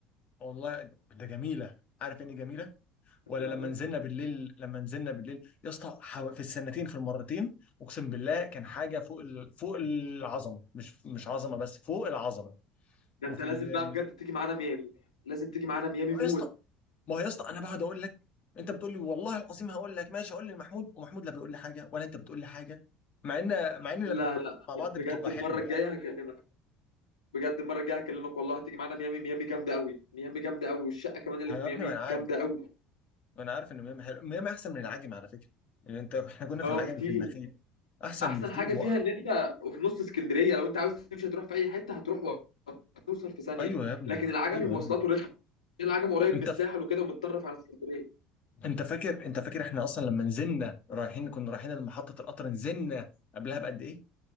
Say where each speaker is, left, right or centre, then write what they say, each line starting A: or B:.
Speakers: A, on the left; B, on the left.
A: والله ده جميله عارف يعني إيه جميله
B: كنت
A: ولا
B: بعملها.
A: لما نزلنا بالليل لما نزلنا بالليل يا اسطى حو- في السنتين في المرتين اقسم بالله كان حاجه فوق ال... فوق العظمه مش مش عظمه بس فوق العظمه
B: ده
A: وفي
B: انت لازم
A: ال... ال-
B: بقى بجد تيجي معانا ميامي لازم تيجي معانا ميامي
A: اه
B: موت
A: يا اسطى ما هو يا اسطى انا بقعد اقول لك انت بتقول لي والله العظيم هقول لك ماشي اقول لمحمود ومحمود لا بيقول لي حاجه ولا انت بتقول لي حاجه مع ان مع ان
B: لا
A: لما بنكون
B: لا
A: مع بعض
B: بجد
A: بتبقى
B: المره
A: حلوه
B: الجايه
A: يعني
B: هكلمك بجد المره الجايه هكلمك والله هتيجي معانا ميامي ميامي جامده قوي ميامي جامده قوي والشقه كمان اللي
A: يا
B: في ميامي
A: ابني ما انا عارف
B: جامده قوي
A: ما انا عارف ان ميامي حلوه ميامي احسن من العجم على فكره يعني انت احنا كنا
B: اه
A: في العجم
B: بكتير
A: في النخيل احسن
B: احسن
A: بكتير
B: حاجه
A: وأ-
B: فيها ان انت في نص اسكندريه لو انت عاوز تمشي تروح في اي حته هتروح وتوصل في ثانيه
A: ايوه يا ابني
B: لكن العجمي
A: ايوه
B: مواصلاته
A: يا ابني
B: رخمه عشان العجمي قريب
A: انت
B: من الساحل وكده ومتطرف على اسكندريه
A: انت فاكر انت فاكر احنا اصلا لما نزلنا رايحين كنا رايحين لمحطة القطر نزلنا قبلها بقد ايه